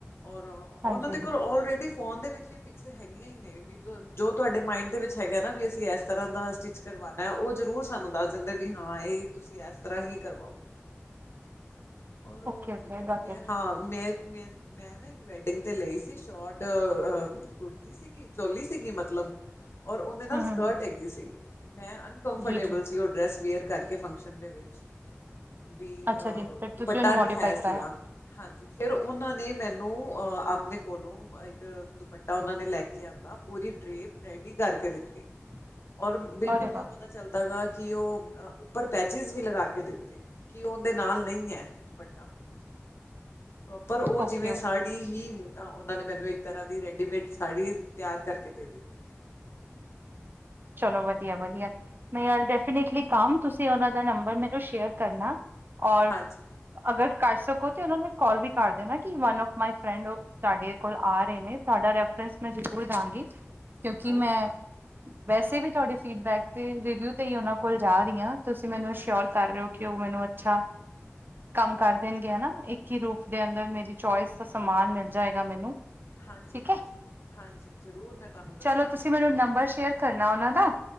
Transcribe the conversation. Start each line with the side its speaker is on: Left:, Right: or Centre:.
Left: ਔਰ, ਓਨਾਂ
Right: ਹਾਂਜੀ
Left: ਦੇ ਕੋਲ ਓਲਰੇਡੀ ਫੋਨ ਦੇ ਵਿੱਚ ਵੀ ਪਿਕਸ ਹੈਗੀਆਂ ਈ ਨੇ ਵੀ ਜੋ ਤੁਆਡੇ ਮਾਇੰਡ ਦੇ ਵਿੱਚ ਹੈਗਾ ਨਾ ਵੀ ਅਸੀਂ ਐਸ ਤਰਾ ਦਾ ਸਟਿਚ ਕਰਵਾਨਾ, ਓ ਜ਼ਰੂਰ ਸਾਨੂੰ ਦੱਸ ਦਿੰਦੇ ਵੀ ਹਾਂ ਹਾਂ ਏ, ਤੁਸੀ ਐਸ ਤਰਾ ਹੀ ਕਰਵਾਓ
Right: <unintelligible>
Left: ਹੋਰ
Right: ਓਕੇ ਓਕੇ
Left: ਕੀ ਕੈਂਦੇ
Right: ਗਾਟ ਇਟ
Left: ਹਾਂ ਮੈਂ ਮੇ ਮੈਂ ਨਾ ਇੱਕ ਵੈਡਿੰਗ ਤੇ ਲਈ ਸੀ ਸ਼ੋਟ ਅ ਕੁੜਤੀ ਸੀਗੀ ਚੋਲੀ ਸੀਗੀ ਮਤਲਬ ਓਰ ਉਦੇ ਨਾਲ
Right: ਹਮ
Left: ਸਕਟ
Right: ਹਮ ਹਮ
Left: ਹੈਗੀ ਸੀਗੀ, ਮੈਂ ਅਨਕਫੰਟੇਬਲ
Right: ਜੀ ਜੀ
Left: ਸੀ ਓ ਡਰੈਸ ਵੇਅਰ ਕਰਕੇ ਫੰਕਸ਼ਨ ਦੇ ਵਿੱਚ ਬੀ
Right: ਅੱਛਾ
Left: ਅ
Right: ਜੀ ਫਿਰ
Left: ਦੁਪੱਟਾ
Right: ਤੁਸੀਂ ਉਹਨੂੰ ਮੋਡੀਫਾਈ
Left: ਨੀ ਹੈ ਸੀਗਾ
Right: ਕਰਾਇਆ
Left: ਹਾਂਜੀ, ਫੇਰ ਓਨਾ ਨੇ ਮੈਨੂੰ ਆਪਨੇ ਕੋਲੋਂ ਇੱਕ ਦੁਪੱਟਾ ਓਨਾ ਨੇ ਲੈ ਕੇ ਆਂਦਾ, ਪੂਰੀ ਡਰੇਪ ਰੈਡੀ ਕਰਕੇ ਦਿੱਤੀ
Right: <inaudible>
Left: ਔਰ ਬਿਲਕੁਲ
Right: ਅਰੇ
Left: ਨੀ
Right: ਵਾਹ
Left: ਓ ਪਤਾ ਚੱਲਦਾ ਹੈਗਾ ਕਿ ਓ ਉੱਪਰ ਪੈਚਿਸ ਵੀ ਲਗਾ ਕੇ ਦਿੱਤੇ ਕਿ ਓਦੇਂ ਨਾਲ ਨਈ ਐ। ਦੁਪੱਟਾ, ਪ੍ਰੋਪਰ ਓ
Right: ਓਕੇ
Left: ਜਿਵੇਂ
Right: ਓਕੇ
Left: ਸਾੜੀ ਹੀ ਉਹਨਾਂ ਨੇ ਮੈਨੂੰ ਇੱਕ ਤਰ੍ਹਾਂ ਦੀ ਰੈਡੀਮੇਡ ਸਾੜੀ ਤਿਆਰ ਕਰਕੇ ਦੇ ਦਿੱਤੀ
Right: ਚਲੋ ਵਦੀਆ, ਵਦੀਆ ਮੈਂ ਯਾਰ ਡੈਫੀਨੇਟਲੀ ਕੰਮ ਤੁਸੀ ਓਨਾ ਦਾ ਨੰਬਰ ਮੈਨੂੰ ਸ਼ੇਅਰ ਕਰਨਾ ਓਰ
Left: ਹਾਂਜੀ
Right: ਅਗਰ ਕਾਰ ਸਕੋ ਤੇ ਓਨਾ ਨੂੰ ਕਾਲ ਵੀ ਕਰ ਦੇਨਾ ਕਿ ਵਨ ਆਫ ਮਾਏ ਫਰੈਂਡ ਤਾਡੇ ਕੋਲ ਆ ਰਏ ਨੇ ਤਾਡਾ ਮੈ, ਮੈ ਜਰੂਰ ਦਾਂਗੀ ਕਯੋਂਕਿ ਮੈ,
Left: ਓਕੇ
Right: ਵੈਸੇ ਵੀ ਤੁਆਡੇ ਫੀਡਬੈਕ ਤੇ ਰਿਵਿਊ ਤੇ ਈ ਓਨਾਂ ਕੋਲ ਜਾ ਰੀ ਆਂ। ਤੁਸੀ ਮੈਨੂੰ
Left: ਹਾਂਜੀ
Right: ਸ਼ਓਰ ਕਰ ਰੇ ਓ ਕਿ ਓ ਮੈਨੂੰ ਅੱਛਾ ਕੰਮ ਕਰ ਦੇਣਗੇ ਹੈਨਾ, ਇੱਕ ਹੀ ਰੂਫ ਦੇ ਅੰਦਰ ਮੇਰੀ ਚੋਇਸ ਦਾ ਸਮਾਨ ਮਿਲ ਜਾਏਗਾ ਮੈਨੂੰ।
Left: ਹਾਂਜੀ
Right: ਠੀਕ
Left: ਹਾਂਜੀ
Right: ਐ।
Left: ਹਾਂਜੀ ਜ਼ਰੂਰ ਮੈਂ ਤੁਹਾਨੂੰ ਦੱਸਾਂਗੀ
Right: ਚਲੋ ਤੁਸੀਂ
Left: ਉਹਨਾਂ
Right: ਮੈਨੂੰ
Left: ਬਾਰੇ
Right: ਨੰਬਰ ਸ਼ੇਅਰ ਕਰਨਾ ਔਨਾਂ ਦਾ।